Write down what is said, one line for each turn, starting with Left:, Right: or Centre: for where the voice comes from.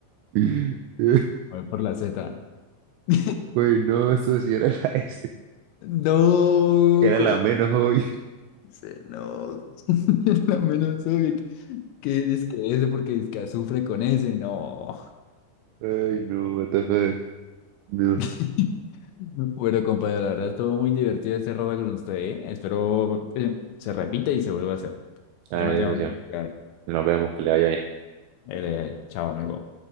Right: <laughs>
Left: Me voy por la Z. <laughs>
Right: Bueno, eso sí era la este.
Left: No,
Right: Era
Left: ¿cómo
Right: la menos obvia.
Left: se- no. <laughs> La menos obvia que, que dice que ese porque dice que azufre con ese, no.
Right: Ay, no, what the fuck. No.
Left: <laughs> Bueno, compañero, la verdad estuvo muy divertido este rato con usted, ¿eh? Espero eh, se repita y se vuelva a hacer.
Right: Hágale,
Left: Ya me tengo
Right: socio.
Left: que quedar.
Right: Nos vemos, que le vaya bien.
Left: Eh, chao, amigo.